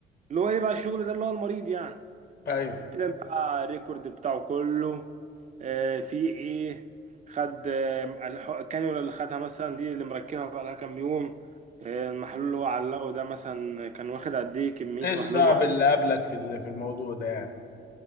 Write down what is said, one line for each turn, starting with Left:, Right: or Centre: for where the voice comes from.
Right: اللي هو ايه بقى الشغل ده اللي هو المريض يعني
Left: ايوه
Right: تستلم بقى الريكورد بتاعه كله آه، في ايه خد آه، الح- الكانيولا اللي خدها مثلا دي اللي مركبها بقى لها كام يوم آه، المحلول اللي هو علقه ده مثلا كان واخد قد ايه كمية
Left: ايه الصعب
Right: محلول واخد
Left: اللي قابلك في ال- في الموضوع ده يعني